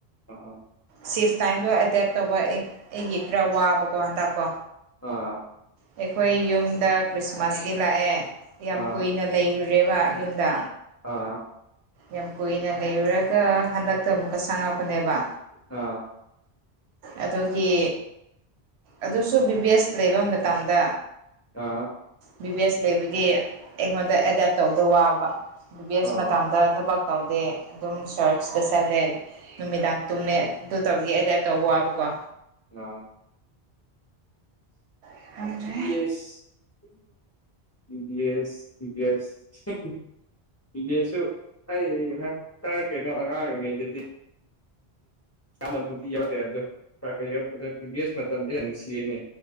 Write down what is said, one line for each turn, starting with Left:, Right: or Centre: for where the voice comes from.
Left: ꯑ ꯑ ꯑ
Right: ꯁꯤꯐ ꯇꯥꯏꯝꯗꯣ ꯑꯦꯗꯦꯞ ꯇꯧꯕ ꯑꯩ ꯑꯩꯒꯤ ꯈꯔ ꯋꯥꯕꯀꯣ ꯍꯟꯇꯛꯀꯣ
Left: ꯑ
Right: ꯑꯩꯈꯣꯏ ꯌꯨꯝꯗ ꯈ꯭ꯔꯤꯁꯃꯥꯁꯀꯤ ꯂꯥꯛꯑꯦ ꯌꯥꯝ
Left: ꯑ
Right: ꯀꯨꯏꯅ ꯂꯩꯔꯨꯔꯦꯕ ꯌꯨꯝꯗ
Left: ꯑꯥ ꯑ
Right: ꯌꯥꯝ ꯀꯨꯏꯅ ꯂꯩꯔꯨꯔꯒ ꯍꯟꯗꯛꯇ ꯑꯃꯨꯛꯀ ꯆꯪꯉꯛꯄꯅꯦꯕ
Left: ꯑ
Right: ꯑꯗꯨꯒꯤ ꯑꯗꯨꯁꯨ ꯕꯤ ꯕꯤ ꯑꯦꯁ ꯂꯩꯕ ꯃꯇꯝꯗ
Left: ꯑꯥ
Right: ꯕꯤ ꯕꯤ ꯑꯦꯁ ꯂꯩꯕꯒꯤ ꯑꯩꯉꯣꯟꯗ ꯑꯦꯗꯦꯞ ꯇꯧꯕ ꯋꯥꯕ ꯕꯤ ꯕꯤ ꯑꯦꯁ
Left: ꯑ
Right: ꯃꯇꯝꯗ ꯊꯕꯛ ꯇꯧꯗꯦ ꯑꯗꯨꯝ ꯁꯔꯠꯆꯇ ꯆꯠꯂꯦ ꯅꯨꯃꯤꯗꯥ ꯇꯨꯝꯃꯦ ꯑꯗꯨ ꯇꯧꯒꯤ ꯑꯦꯗꯦꯞ ꯇꯧꯕ ꯋꯥꯕꯀꯣ
Left: ꯉꯥ
Right: <unintelligible>
Left: yes <unintelligible> B B S B B S <unintelligible> B B ꯑꯦꯁꯁꯨ ꯑꯩ ꯍꯥ ꯈꯔ ꯀꯩꯅꯣ ꯑꯉꯥꯡ ꯑꯣꯏꯔꯤꯉꯩꯗꯗꯤ ꯆꯥꯝꯅꯕꯨꯗꯤ ꯌꯥꯎꯔꯦ ꯑꯗꯣ ꯈꯔ ꯈꯔ ꯌꯧꯔꯛꯄꯗ ꯕꯤ ꯕꯤ ꯑꯦꯁ ꯃꯇꯝꯗꯤ ꯌꯥꯝ ꯅꯨꯡꯁꯤꯍꯦꯅꯦ